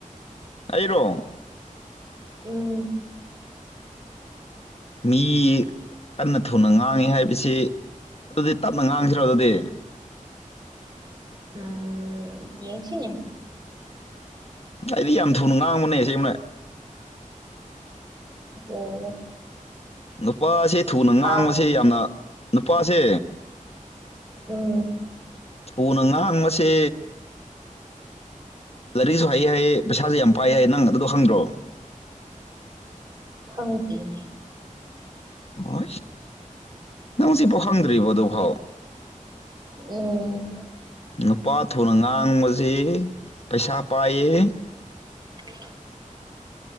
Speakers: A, on the left (about 45°); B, on the right (about 30°).
A: ꯑꯩꯔꯣ
B: ꯎꯝ
A: ꯃꯤ ꯀꯟꯅ ꯊꯨꯅ ꯉꯥꯡꯉꯤ ꯍꯥꯏꯕꯁꯤ ꯑꯗꯨꯗꯤ ꯇꯞꯅ ꯉꯥꯡꯁꯤꯔꯣ ꯑꯗꯨꯗꯤ
B: ꯎꯝ ꯌꯦꯡꯁꯤꯅꯦ
A: ꯑꯩꯗꯤ ꯌꯥꯝ ꯊꯨꯅ ꯉꯥꯡꯕꯅꯦꯁꯦ ꯑꯃꯅ
B: ꯑꯣ
A: ꯅꯨꯄꯥꯁꯤ ꯊꯨꯅ
B: ꯐꯥ
A: ꯉꯥꯡꯕꯁꯤ ꯌꯥꯝꯅ ꯅꯨꯄꯥꯁꯦ
B: ꯎꯝ
A: ꯊꯣꯟꯅ ꯉꯍꯥꯡꯕꯁꯦ ꯂꯥꯏꯔꯤꯛꯁꯨ ꯍꯩꯌꯦ ꯍꯥꯏꯌꯦ ꯄꯩꯁꯥꯁꯨ ꯌꯥꯝ ꯄꯥꯏ ꯍꯥꯏꯌꯦ ꯅꯪ ꯑꯗꯨꯗꯣ ꯈꯪꯗ꯭ꯔꯣꯕ
B: ꯈꯪꯗ꯭ꯔꯤꯅꯦ
A: ꯍ ꯅꯪ ꯁꯤ ꯄꯣꯛꯈꯪꯗ꯭ꯔꯤꯕ ꯑꯗꯨ ꯐꯥꯎ
B: ꯎꯝ
A: ꯅꯨꯄꯥ ꯊꯨꯅ ꯉꯥꯡꯕꯕꯁꯤꯦ ꯄꯩꯁꯥ ꯄꯥꯏꯌꯦ
B: ꯎ